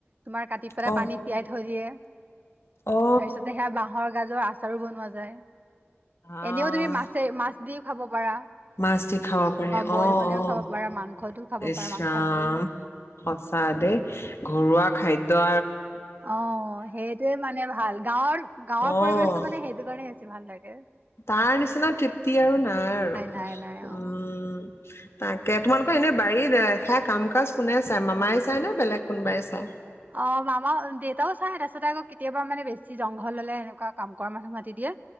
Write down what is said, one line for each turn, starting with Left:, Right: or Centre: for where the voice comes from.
Right: তোমাৰ কাটি পেলাই,
Left: অ
Right: পানীত তিয়াই থৈ দিয়ে।
Left: অ
Right: তাৰ পিছতে, সেইয়া বাঁহৰ গাজৰ আচাৰো বনোৱা যায়।
Left: আহ
Right: এনেও, তুমি মাছে-মাছ দিওঁ খাব পাৰা।
Left: মাছ দি খা পাৰে,
Right: বইল
Left: অ'
Right: বনাইও
Left: অ',
Right: খাব পাৰা মাংসটো খাব
Left: ইছ
Right: পাৰা মাংসত
Left: ৰাম
Right: দিও
Left: সঁচা দেই, ঘৰুৱা খাদ্য
Right: অ', সেইটোৱেই, মানে, ভাল। গাঁৱৰ, গাঁৱৰ
Left: অ
Right: পৰিৱেশটো, মানে, সেইটোৰ কাৰণে বেছি ভাল লাগে। <inaudible>
Left: তাৰ নিচিনা তৃপ্তি আৰু নাই আৰু,
Right: নাই নাই
Left: উম।
Right: অ
Left: তাকে, তোমালোকৰ এনে বাৰীত, সেইয়া কাম-কাজ কোনে চায়? মামাই চায় নে বেলেগ কোনোবাই চায়?
Right: অ'‌, মামাও, দেউতাও চায়। তাৰ পিছতে, আকৌ কেতিয়াবা, মানে, বেছি জংঘল হ'লে, এনেকুৱা কাম কৰা মানুহ মাতি দিয়ে।